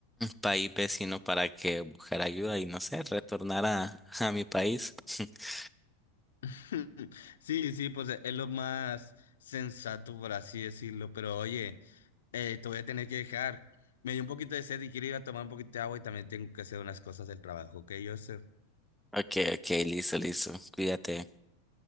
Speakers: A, in the centre; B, on the left (about 60°).
A: país vecino para que buscar ayuda y no sé, retornar a, a mi país. <laughs>
B: <laughs> Sí, sí, pues e, es lo más sensato, por así decirlo. Pero oye, eh, te voy a tener que dejar. Me dio un poquito de sed y quiero ir a tomar un poquito de agua y también tengo que hacer unas cosas del trabajo, ¿ok, Joseph?
A: Ok, ok, listo, listo, cuídate.